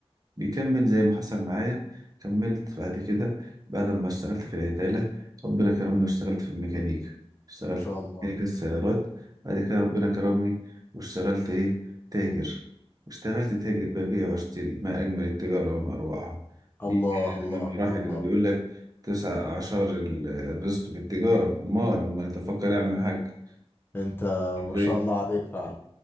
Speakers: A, on the right; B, on the left.
A: بيكمل زي ما حصل معايا كملت بعد كده بعد ما اشتغلت في العدالة ربنا كرمني واشتغلت في الميكانيكا اشتغلت
B: ما شاء
A: في
B: الله
A: ميكانيكا السيارات بعد كده ربنا كرمني واشتغلت ايه تاجر واشتغلت تاجر ببيع واشتري ما أجمل التجارة وما أروعها
B: الله
A: دي كانت
B: الله
A: من المراحل
B: الله
A: اللي
B: الله،
A: بيقول لك تسع أعشار ال- الرزق في التجارة أمال أمال تفكر يعمل حاجة
B: أنت
A: ازاي
B: ما شاء الله عليك فعلا